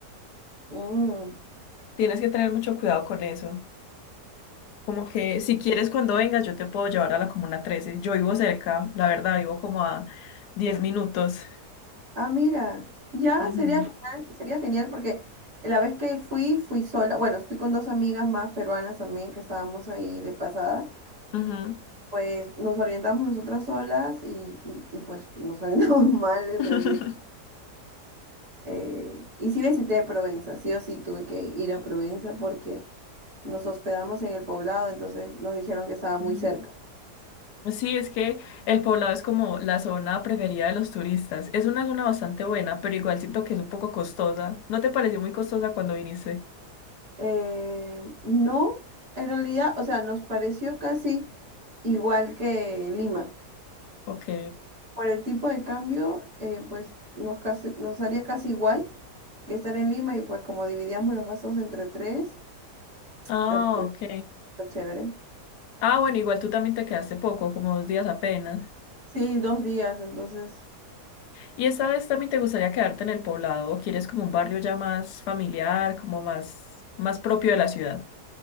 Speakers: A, on the right (about 25°); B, on the left (about 75°).
A: Mm.
B: Tienes que tener mucho cuidado con eso. Como que si quieres cuando vengas yo te puedo llevar a la Comuna trece Yo vivo cerca, la verdad, vivo como a 10 minutos.
A: Ah, mira, ya
B: Ujú,
A: sería genial, sería genial porque la vez que fui, fui sola, bueno, fui con dos amigas más peruanas también que estábamos ahí de pasada,
B: ujú.
A: pues nos orientamos nosotras solas y, y, pues nos orientamos <laughs> mal en
B: <laughs>
A: realidad. Eh, y sí visité Provenza, sí o sí tuve que ir a Provenza porque nos hospedamos en el poblado, entonces nos dijeron que estaba muy
B: Ujú.
A: cerca.
B: Sí, es que el poblado es como la zona preferida de los turistas. Es una zona bastante buena, pero igual siento que es un poco costosa. ¿No te pareció muy costosa cuando viniste?
A: Eh, no, en realidad, o sea, nos pareció casi igual que Lima.
B: Ok.
A: por el tipo de cambio, eh, pues nos, casi- nos haría casi igual que estar en Lima y pues como dividíamos los gastos entre tres,
B: Ah,
A: eh, pues
B: ok.
A: fue chévere.
B: Ah, bueno, igual tú también te quedaste poco, como dos días apenas.
A: Sí, dos días, entonces.
B: ¿Y esta vez también te gustaría quedarte en el poblado o quieres como un barrio ya más familiar, como más, más propio de la ciudad?